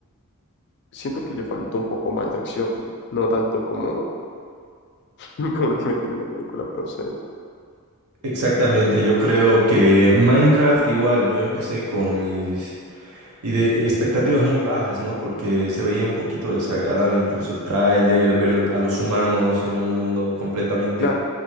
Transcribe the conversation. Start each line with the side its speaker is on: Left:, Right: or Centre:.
Left: siento que le faltó un poco más de acción, no tanto como, <laughs> como lo que meten en la película, pero o sea,
Right: <laughs> Exactamente, yo creo que Minecraft igual, yo empecé con mis Y de expectativas muy bajas, ¿no? Porque se veía un poquito desagradable incluso el tráiler, ver a los humanos en un mundo completamente
Left: claro,